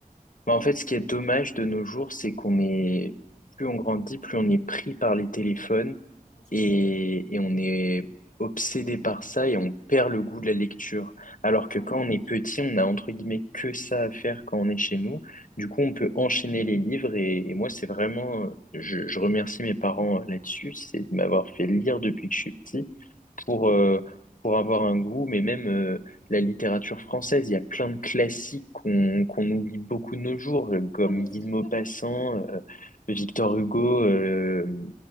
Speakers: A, on the left; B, on the left.
A: Bah,
B: Ouais.
A: en fait, ce qui est dommage de nos jours, c'est qu'on est, plus on grandit, plus on est pris par les téléphones
B: C'est
A: et,
B: sûr.
A: et on est obsédé par ça et on perd le goût de la lecture. Alors que
B: Ouais,
A: quand on est
B: c'est
A: petit,
B: sûr.
A: on a entre guillemets que ça à faire quand on est chez nous. Du coup, on peut enchaîner les livres et, et moi, c'est vraiment, euh, je, je remercie mes parents euh, là-dessus, c'est de m'avoir fait lire depuis que je suis petit pour, euh, pour avoir un goût, mais même, euh, la littérature française. Il y a plein de classiques qu'on qu'on oublie beaucoup de nos jours, euh, comme
B: Ah, mais
A: Guy
B: c'est
A: de Maupassant,
B: sûr.
A: euh, Victor Hugo, euh,